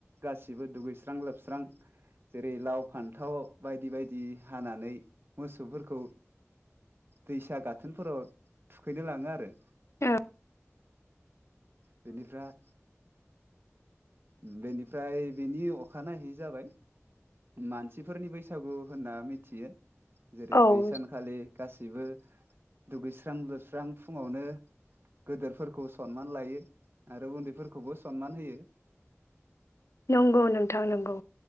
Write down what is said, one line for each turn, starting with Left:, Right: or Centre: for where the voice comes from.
Right: गासिबो दुगैस्रां लोबस्रां जेरै लाव फान्थाव बायदि बायदि हानानै मोसौफोरखौ दैसा गाथोनफोराव थुखैनो लाङो आरो
Left: औ
Right: <inaudible> बेनिफ्राय बेनिफ्राय बेनि अखानायहै जाबाय मानसिफोरनि बैसागु होनना मिथि जेरै
Left: औ
Right: बिसानखालि गासैबो दुगैस्रां लोबस्रां फुङावनो गोदोरफोरखौ सनमान लायो आरो उन्दैफोरखौबो सनमान होयो
Left: नंगौ नोंथां नंगौ